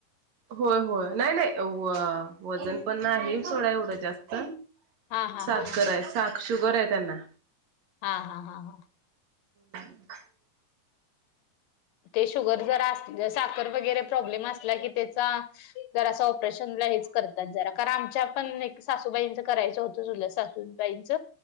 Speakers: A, on the right; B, on the left.
A: होय होय, नाही -नाही वजन पण आहे सोडा एवढं जास्त.
B: हा हा
A: साखरय
B: हा हा
A: साख शुगर आहे त्यांना.
B: हा हा हा हा...
A: हम् <inaudible>
B: ते शुगर जरा अस साखर वगैरे प्रॉब्लेम असला की त्याचा जर असं ऑपरेशनला हेच करतात जरा, कारण आमच्या पण एक सासूबाईंचं करायचं होतं चुलत ू <unintelligible> न पाच